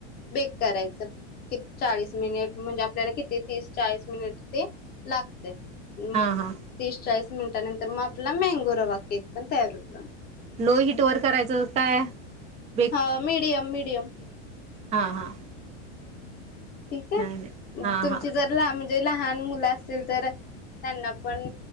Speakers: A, on the left; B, on the right.
A: बेक कराय चाळीस मिनट म्हणजे, आपल्याला किती तीस चाळीस मिनिट ते लागते. हम्म
B: हां हां
A: तीस चाळीस मिनटानंतर मग आपला मँगो रवा केक पण तयार होतो.
B: हो हिट वर करायचं <unintelligible> काय बेक
A: हा मीडियम मीडियम.
B: हां हां.
A: ठीक हे
B: नाही नाही हां
A: तुमची
B: हां
A: जर लाम जे लहान मुलं असतील तर त्यांना पण